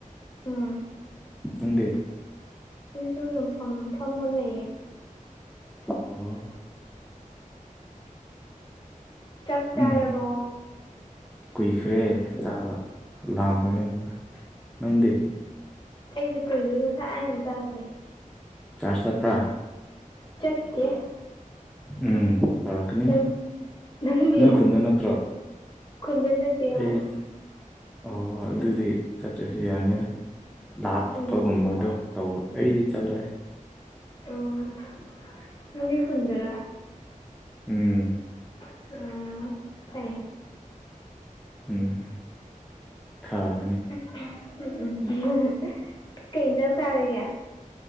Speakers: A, on the left; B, in the centre.
A: ꯎꯝ
B: ꯅꯪꯗꯤ
A: ꯑꯩꯁꯨ ꯌꯨꯝꯐꯝ ꯐꯝꯃ ꯂꯩꯌꯦ <unintelligible>
B: ꯑꯣ
A: ꯆꯥꯛ ꯆꯥꯔꯕꯣ
B: ꯎꯝ ꯀꯨꯏꯈ꯭ꯔꯦ ꯆꯥꯕ ꯂꯥꯝꯈꯔꯦ ꯑꯃꯨꯛꯀ ꯅꯪꯗꯦ
A: ꯑꯩꯁꯨ ꯀꯨꯏꯒꯔꯦ ꯉꯁꯥꯏꯅ ꯆꯈꯔꯦ
B: ꯆꯥꯔꯖ ꯆꯠꯄ꯭ꯔꯥ
A: ꯆꯠꯇꯦ
B: ꯎꯝ ꯇꯧꯔꯛꯀꯅꯤ
A: ꯅꯪ ꯅꯪꯗꯤ
B: ꯅꯣꯏ ꯈꯨꯟꯗ ꯅꯠꯇ꯭ꯔꯣ
A: ꯈꯨꯟꯗ ꯅꯠꯇꯦ
B: ꯑꯩꯗꯤ
A: ꯍꯣꯏ
B: ꯑꯣ ꯑꯗꯨꯗꯤ ꯆꯠꯇ꯭ꯔꯁꯨ ꯌꯥꯅꯤꯗ ꯂꯥꯞꯄꯒꯨꯝꯕꯗꯣ
A: ꯎꯝ
B: ꯇꯧ ꯑꯩꯗꯤ ꯆꯠꯂꯦ
A: ꯑꯣꯅꯪꯗꯤ ꯈꯨꯟꯗꯔꯥ
B: ꯎꯝ
A: ꯑꯣ ꯐꯩꯌꯦ
B: ꯎꯝ ꯐꯕꯅꯤ
A: ꯎꯝ ꯎꯝ ꯀꯩ ꯏꯟꯖꯥꯡ ꯆꯔꯒꯦ